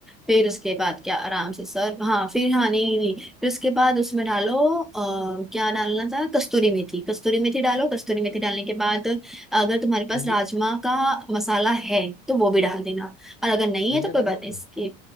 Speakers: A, in the centre; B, on the left (about 55°).
A: फिर उसके बाद क्या आराम से सर हाँ फिर हाँ नहीं नहीं फिर उसके बाद उसमें डालो आ, क्या डालना था कस्तूरी मेथी कस्तूरी मेथी डालो कस्तूरी मेथी डालने के बाद अगर तुम्हारे पास
B: धनिया
A: राजमा का मसाला है तो वो भी डाल देना और अगर नहीं
B: धनिया
A: है तो कोई
B: डाल
A: बात
B: दिया आपने?
A: नहीं इसकी